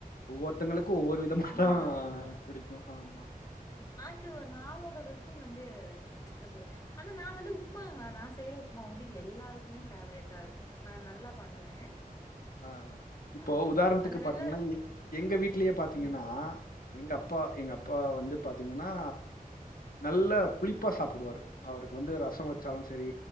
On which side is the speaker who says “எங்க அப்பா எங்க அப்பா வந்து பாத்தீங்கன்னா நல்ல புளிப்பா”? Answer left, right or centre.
Left